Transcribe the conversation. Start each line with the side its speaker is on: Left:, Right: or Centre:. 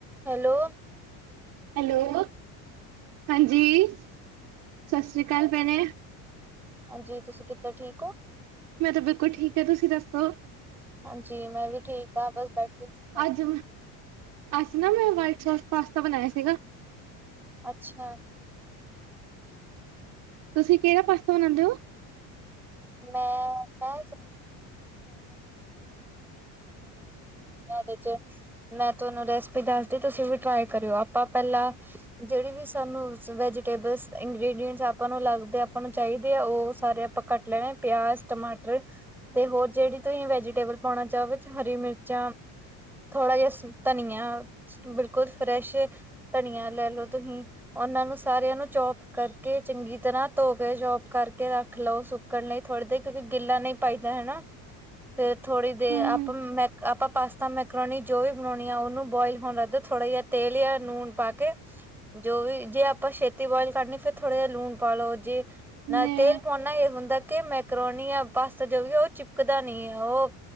Centre: Hello.
Right: Hello ਹਾਂਜੀ ਸਤਿ ਸ਼੍ਰੀ ਅਕਾਲ ਭੈਣੇ।
Centre: ਹਾਂਜੀ ਤੁਸੀਂ ਕਿੱਦਾਂ ਠੀਕ ਹੋ।
Right: ਮੈਂ ਤਾਂ ਬਿਲਕੁਲ ਠੀਕ ਆ ਤੁਸੀਂ ਦੱਸੋ।
Centre: ਹਾਂਜੀ ਮੈਂ ਵੀ ਠੀਕ ਹਾਂ ਬਸ ਬੈਠੀ ਸੀ ਮੈਂ।
Right: ਅੱਜ ਅੱਜ ਨਾ ਮੈਂ ਵਾਈਟ ਸੋਸਟ ਪਾਸਤਾ ਬਣਾਇਆ ਸੀਗਾ।
Centre: ਅੱਛਾ।
Right: ਤੁਸੀਂ ਕਿਹੜਾ ਪਾਸਤਾ ਬਨਾਉਂਦੇ ਹੋ?
Centre: <unintelligible> ਬਣਾਦੀ ਆ ਉਹਦੇ ਚ। ਮੈਂ ਤੁਹਾਨੂੰ ਰੈਸਪੀ ਦੱਸਤੀ ਤੁਸੀਂ ਵੀ ਟਰਾਈ ਕਰਿਓ ਆਪਾਂ ਪਹਿਲਾਂ ਜਿਹੜੀ ਵੀ ਸਾਨੂੰ। ਵੈਜੀਟੇਬਲਸ ਇੰਗ੍ਰਡੀਅਂਟਸ ਆਪਾਂ ਨੂੰ ਲੱਗਦੇ ਆਪਾਂ ਨੂੰ ਚਾਹੀਦੇ ਆ ਉਹ ਸਾਰੇ ਆਪਾਂ ਕੱਟ। ਲੈ ਪਿਆਜ਼ ਟਮਾਟਰ। ਤੇ ਹੋਰ ਜਿਹੜੀ ਤੁਸੀਂ ਵੈਜੀਟੇਬਲ ਪਾਉਣਾ ਚਾਹੋ ਹਰੀ ਮਿਰਚਾਂ। ਥੋੜ੍ਹਾ ਜਿਹਾ ਧਨੀਆ ਬਿਲਕੁਲ ਫਰੈਸ਼ ਧਨੀਆ ਲੈ ਲੋ ਤੁਸੀਂ। ਉਹਨਾਂ ਨੂੰ ਸਾਰਿਆਂ ਨੂੰ ਚੋਪ ਕਰਕੇ ਚੰਗੀ ਤਰ੍ਹਾਂ ਧੋ ਕੇ ਚੋਪ ਕਰਕੇ ਰੱਖ ਲਓ ਸੁ। ਚੱਕਣ ਲਈ ਥੋੜ੍ਹੀ ਦੇਰ ਕਿਉਂਕਿ ਗਿੱਲਾ ਨਹੀਂ ਪਾਈਦਾ ਹਨਾ ਫੇਰ ਥੋੜ੍ਹੀ ਦੇਰ
Right: ਹਮ
Centre: ਆਪਾਂ ਮੈਂ। ਆਪਾਂ ਪਾਸਤਾ ਮੈਕਰੋਨੀ ਜੋ ਵੀ ਬਣਾਉਣੀ ਆ ਉਹਨੂੰ ਬੋਇਲ ਹੋਣ ਲੱਗਦਾ ਥੋੜ੍ਹਾ ਜਿਹਾ ਤੇਲ ਜਾਂ ਲੂਣ ਪਾ ਕੇ। ਜੋ ਵੀ ਜੇ ਆਪਾਂ ਛੇਤੀ ਬੋਇਲ ਕਰਨੀ ਫੇਰ ਥੋੜ੍ਹਾ ਜਿਹਾ ਲੂਣ ਪਾਲਓ ਜੇ। ਨਾਲ
Right: ਮੈਂ
Centre: ਤੇਲ ਪਾਉਨਾ ਨਾਲ ਇਹ ਹੁੰਦਾ। ਕਿ ਮੈਕਰੋਨੀ ਜਾ ਪਾਸਤਾ ਜੋ ਵੀ ਉਹ ਚਿਪਕਦਾ ਨੀ ਆ ਉਹ।